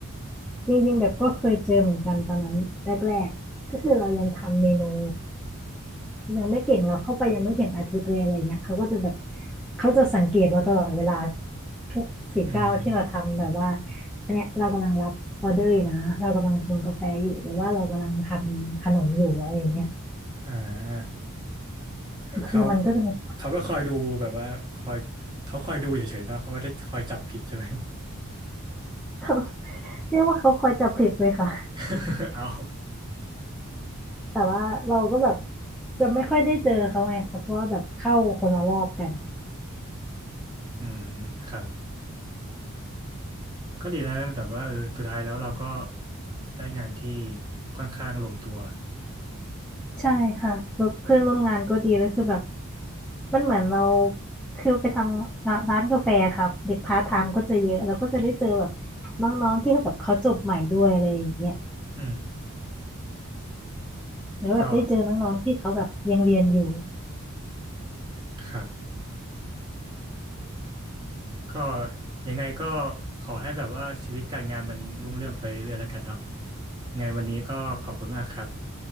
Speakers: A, in the centre; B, on the right.
A: จริงๆแบบก็เคยเจอเหมือนกันตอนนั้นแรกๆก็คือเรายังทำเมนู ยังไม่เก่งเราเข้าไปยังไม่ถึงอาทิตย์เลยอะไรเงี้ยเขาก็จะแบบเขาจะสังเกตเราตลอดเวลาทุกสี่เก้าวที่เราทำแบบว่า
B: อืม
A: อันเนี้ยเรากำลังรับออเดอร์อยู่นะเรากำลังชงกาแฟอยู่หรือว่าเรากำลังทำขนมอยู่อะไรอย่างเงี้ย
B: อ่าเขา
A: คือมันก็จะมี
B: เขาก็คอยดูแบบว่าคอยเขาคอยดูเฉยๆนะเขาไม่ได้คอยจับผิดใช่ไหม
A: <laughs> เรียกว่าเขาคอยจับผิดเลยค่ะ
B: <laughs> เอา
A: แต่ว่าเราก็แบบจะไม่ค่อยได้เจอเขาไงค่ะเพราะว่าแบบเข้าคนละรอบกัน
B: อืมครับ ก็ดีแล้วนะแต่ว่าเออสุดท้ายแล้วเราก็ได้งานที่ค่อนข้างลงตัว
A: ใช่ค่ะแล้วเพื่อนร่วมงานก็ดีแล้วคือแบบมันเหมือนเราคือไปทำงานร้านกาแฟครับเด็กพาร์ทไทม์ก็จะเยอะเราก็จะได้เจอแบบน้องๆที่แบบเขาจบใหม่ด้วยอะไรอย่างเงี้ย
B: อืม
A: แล้วแบบได้เจอน้องๆที่เขาแบบยังเรียนอยู่
B: ก็ครับก็ยังไงก็ขอให้แบบว่าชีวิตการงานมันรุ่งเรืองไปเรื่อยๆแล้วกันเนาะยังไงวันนี้ก็ขอบคุณมากครับ